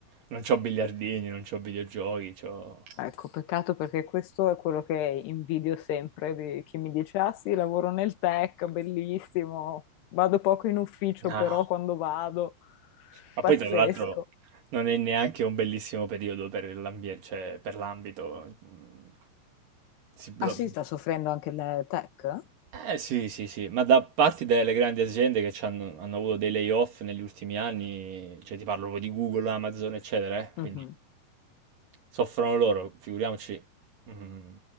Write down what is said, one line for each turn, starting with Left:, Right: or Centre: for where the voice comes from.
Right: non c'ho biliardini, non c'ho videogiochi, c'ho...
Left: Ecco, peccato perché questo è quello che invidio sempre di chi mi dice: Ah sì, lavoro nel tech, bellissimo, vado poco in ufficio,
Right: Ah,
Left: però quando vado,
Right: Ma
Left: pazzesco.
Right: poi tra l'altro non è neanche un bellissimo periodo per l'ambiente, cioè per l'ambito. mm, Si blo-
Left: Ah sì, sta soffrendo anche il tech?
Right: Eh sì, sì, sì, ma da parte delle grandi aziende che c'hanno- hanno, hanno avuto dei layoff negli ultimi anni, cioè ti parlo proprio di Google, Amazon, eccetera, eh,
Left: Mhm.
Right: Quindi soffrono loro, figuriamoci. Mm.